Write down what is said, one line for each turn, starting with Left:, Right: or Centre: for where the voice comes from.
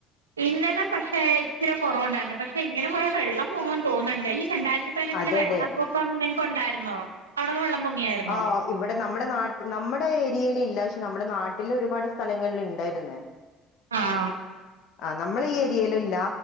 Right: ഇന്നലെ പക്ഷെ ഇച്ചി കുറവുണ്ടായിരുന്നു പക്ഷെ ഇങ്ങനെ പോയാ വെള്ളം പോകൻ തോന്നുന്നുണ്ട്. ഈ രണ്ടായിരത്തി ത്തിലെ
Left: അതെ
Right: വെള്ളപക്കൊംനിങ്ങക്ക്
Left: അതെ
Right: ഉണ്ടായിരുന്നോ അവിടെക്കെ വെള്ളം പൊങ്ങിയായിരുന്നോ.
Left: ആഹ് ഇവിടെ നമ്മുടെ നാട്ട നമ്മുടെ ഏരിയയിൽ ഇല്ല പക്ഷെ നമ്മുടെ നാട്ടിൽ ഒരുപാട് സ്ഥലങ്ങളിൽ ഉണ്ടായിരുന്ന്.
Right: ആഹാ
Left: ആ നമ്മളെ ഈ ഏരിയയില ഇല്ല